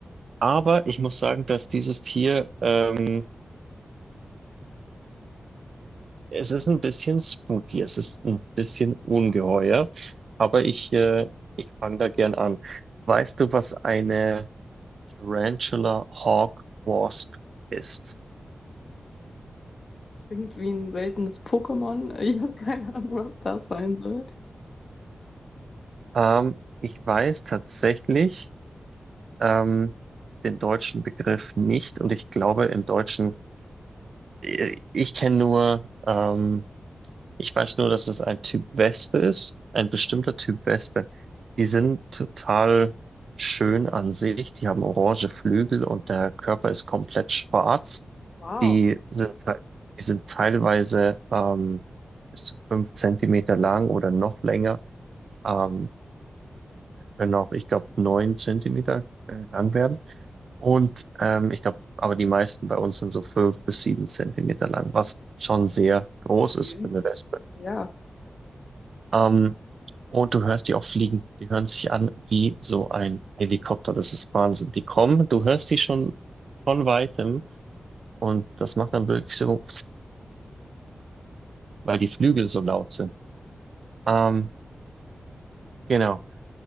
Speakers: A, on the right (about 65°); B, on the left (about 50°).
A: Aber ich muss sagen, dass dieses Tier, ähm, es ist ein bisschen spooky, es ist ein bisschen ungeheuer. Aber ich, äh, ich fange da gern an. Weißt du, was eine Tarantula Hawk Wasp ist?
B: Irgendwie ein seltenes Pokémon? <laughs> Ich habe keine Ahnung, was das sein soll.
A: Ähm, ich weiß tatsächlich. ähm, den deutschen Begriff nicht. Und ich glaube, im Deutschen, äh, ich kenne nur, ähm, ich weiß nur, dass es ein Typ Wespe ist, ein bestimmter Typ Wespe. Die sind total schön an sich. Die haben orange Flügel und der Körper ist komplett schwarz.
B: Wow,
A: Die sind, te- die sind teilweise ähm, bis zu fünf Zentimeter lang oder noch länger. Ähm, können auch, ich glaube, neun Zentimeter äh, lang werden. Und ähm, ich glaube, aber die meisten bei uns sind so fünf bis sieben Zentimeter lang, was schon sehr groß
B: viel.
A: ist für eine Wespe.
B: Ja,
A: Ähm, und du hörst die auch fliegen. Die hören sich an wie so ein Helikopter. Das ist Wahnsinn. Die kommen, du hörst die schon von weitem und das macht dann wirklich so, weil die Flügel so laut sind. Ähm, genau.